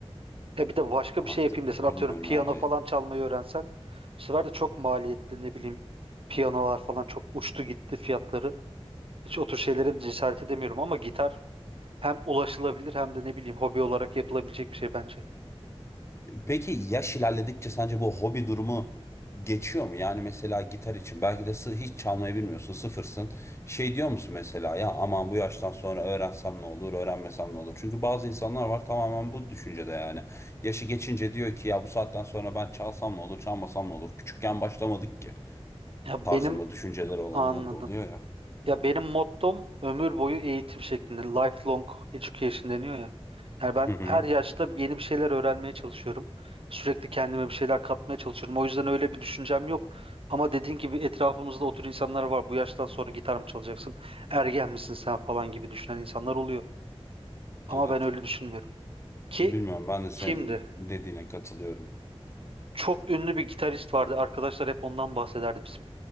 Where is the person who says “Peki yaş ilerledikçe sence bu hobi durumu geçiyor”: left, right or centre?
Left